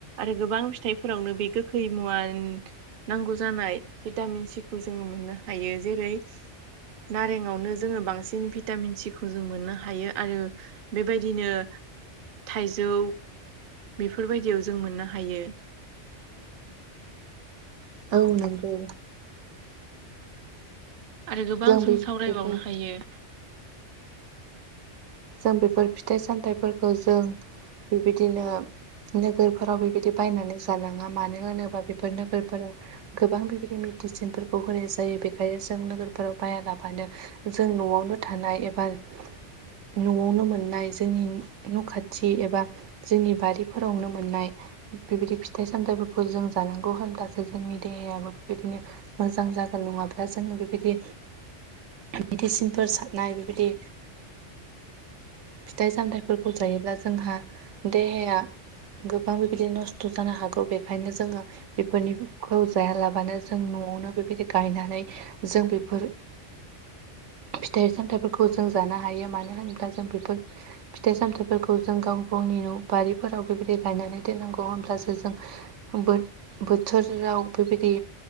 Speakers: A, on the right; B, on the right.
A: आरो गोबां फिथाइफोरावनो बे गोखै खै मुवा नांगौ जानाय भिटामिन सिखौ जोङो मोननो हायो जेरै नारेंआवनो जोङो बांसिन भिटामिन सिखौ जों मोननो हायो आरो बेबायदिनो थाइजौ बेफोरबायदियाव जों मोननो हायो
B: औ नंगौ
A: आरो गोबां
B: बे
A: जों
B: बेफोर
A: सावरायबावनो हायो।
B: जों बेफोर फिथाइ सामथाइफोरखौ जों बेबायदिनो नोगोरफोराव बेबायदि बायनानै जानाङा। मानो होनोबा बेफोर नोगोरफोराव गोबां बेबायदि मेदिसिनफोरखौ होनाय जायो। बेखायनो जों नोगोरफोराव बायालाबानो जों न'आवनो थानाय एबा <inaudible> न'आवनो मोननाय जोंनि न' खाथि एबा जोंनि बारिफोरावनो मोननाय बेबायदि फिथाइ-सामथायफोरखौ जों जानांगौ होनब्लासो जोंनि देहायाबो बेबायदिनो मोजां जागोन। नङाब्ला जों बेबायदि मेदिसिनफोर सारनाय बेबायदि फिथाइ-सामथाइफोरखौ जायोब्ला जोंहा देहाया गोबां बेबायदि नस्थ' जानो हागौ। बेखायनो जोङो बेफोरनिखौ जायालाबानो जों न- वनो बेबायदि गायनानै जों बेफोर फिथाइ-सामथाइफोरखौ जों जानो हायो। मानो- मानो होनोबब्ला जों बेफोर फिथाइ-सामथाइफोरखौ जों गाव-गावनि न' बारिफोराव बेबायदि गायनानै दोननांगौ। नांगौ होनब्लासो जों बो-बोथोराव बेबायदि